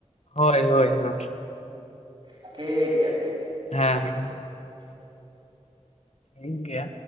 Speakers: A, on the left; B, on the right.
A: ᱦᱳᱭ ᱦᱳᱭ ᱦᱳᱭ
B: ᱦᱮᱸ ᱴᱷᱤᱠ ᱜᱮᱭᱟ ᱴᱷᱤᱠ
A: ᱦᱮᱸ
B: <inaudible>
A: ᱴᱷᱤᱠ ᱜᱮᱭᱟ᱾